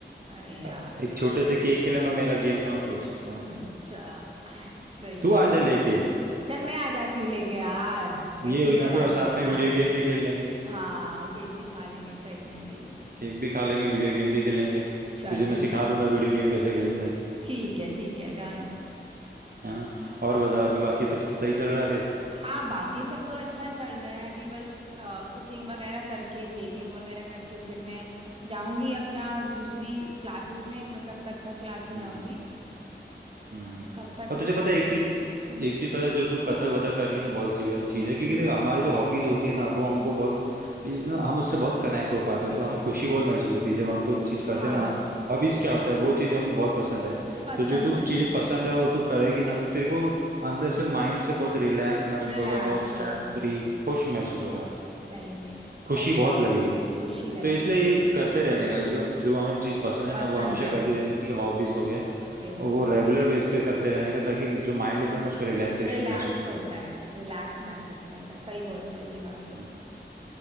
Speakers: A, on the right; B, on the right.
A: अरे यार
B: अ, एक छोटे से केक के लिए मैं मेरा गेम थोड़ा छोड़ सकता
A: <laughs>
B: हूँ
A: अच्छा सही
B: तू
A: है
B: आ
A: कोई
B: जा लेके
A: चल मैं आ जाती हूँ लेके यार
B: ये
A: ऐसी
B: हुई
A: भी क्या
B: ना
A: बात
B: कोई और साथ
A: है
B: में
A: हाँ
B: वीडियो गेम भी खेल लेंगे
A: हाँ और केक भी खा लेंगे सही है सही है
B: केक भी खा लेंगे वीडियो गेम भी खेलेंगे
A: चल
B: तुझे मैं
A: ठीक
B: सिखा
A: है
B: दूंगा वीडियो गेम कैसे खेलते हैं
A: ठीक है ठीक है डन
B: है ना और बता अभी बाकी सब सही चल रहा है फिर
A: हाँ बाकी सब तो अच्छा चल रहा है अभी बस कुकिंग वगैरह करके बेकिंग वगैरह करके फिर मैं जाऊंगी अपना दूसरी क्लासेस में मतलब कथक क्लास में
B: हम्म
A: जाऊंगी
B: हम्म, हम्म। हम्म
A: कथक
B: और तुझे पता है एक चीज
A: हम्म
B: एक चीज पता है जो तू कथक वथक कर रही है ना बहुत अच्छी बात- चीज है क्योंकि
A: हम्म।
B: देख हमारी जो हॉबीज होती है ना वो हमको बहुत you know, हम उससे बहुत कनेक्ट हो पाते हैं तो हमें खुशी बहुत महसूस होती है जब हम कोई चीज करते
A: हाँ
B: हैं ना हॉबीज क्या होता है वो चीज जो हमें बहुत पसंद है
A: पसंद
B: तो जो तू
A: है
B: चीजें
A: हाँ
B: पसंद है वो तू करेगी ना तो तेरे को अंदर से माइंड से बहुत रिलैक्स महसूस
A: रिलैक्स
B: होगा बहुत स्ट्रेस
A: होगा
B: फ्री खुश महसूस होगा
A: सही में
B: खुशी
A: सच
B: बहुत
A: बोल
B: लगेगी
A: खुशी लगेगी
B: तो इसलिए ये करते रहने का जो जो हमें चीज पसंद है
A: पसंद
B: ना वो हमेशा
A: है
B: करती रहने की हॉबीज हो गया
A: सही बोल
B: और वो
A: रहा
B: रेगुलर
A: है
B: बेस पे करते रहने का ताकि जो माइंड होता है ना उसको रिलैक्सेशन
A: रिलैक्स
B: महसूस होता
A: होता
B: है
A: है रिलैक्स महसूस करता है सही बोल रहा है ये बात तो
B: हम्म।